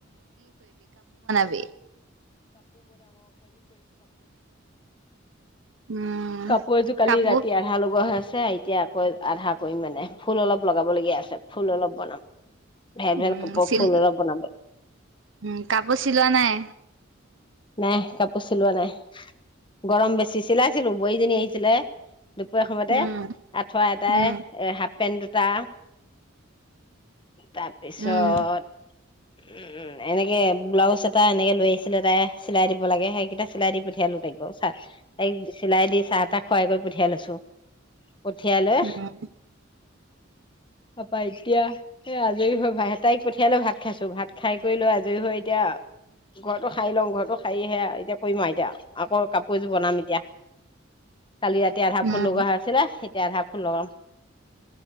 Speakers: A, on the right (about 65°); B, on the left (about 25°).
A: সেইটোৱে।
B: <unintelligible>
A: উম
B: কাপোৰ এযোৰ কালি
A: কাপোৰ
B: ৰাতি আধা লগোৱা হৈ আছে। আছে এতিয়া আকৌ আধা কৰিম মানে ফুল অলপ লগাবলগীয়া আছে। আ ফুল অলপ বনাম ভেল
A: উম
B: ভেল কাপোৰ
A: চিল
B: ফুল অলপ বনাব
A: উম কাপোৰ চিলোৱা নাই
B: নাই কাপোৰ চিলোৱা নাই গৰম বেছি চিলাইছিলো বোৱাৰী জনী আহিছিলে। দুপৰীয়া সময়তে
A: উম
B: আঠুৱাটাই
A: উম
B: এ হাফ পেণ্ট। তা। তাৰপিছত।
A: উম
B: উ উম এনেকে ব্লাউজ এটা এনেকে লৈ আহিছে। আছিলে তাই চিলাই দিব লাগে সেইকেইটা চিলাই দি পঠিয়ালো তাইক ব চাহ তাইক চিলাই দি চাহ তাহ খুৱাই কৰি পঠিয়াই লৈছো। পঠিয়ালৈ
A: উম
B: তাৰপা এতিয়া সেই আজৰি হৈ তাইক পঠিয়াই লৈ ভাত খাইছো ভাত খাই কৰি লৈ আজৰি হৈ এতিয়া ঘৰটো সাৰি লওঁ ঘৰটো সাৰিহে এতিয়া কৰিম আৰু এতিয়া আকৌ কাপোৰ এযোৰ বনাম এতিয়া। কালি ৰাতি আধা
A: উম
B: ফুল লগোৱা হৈছিলে এতিয়া আধা ফুল লগাম।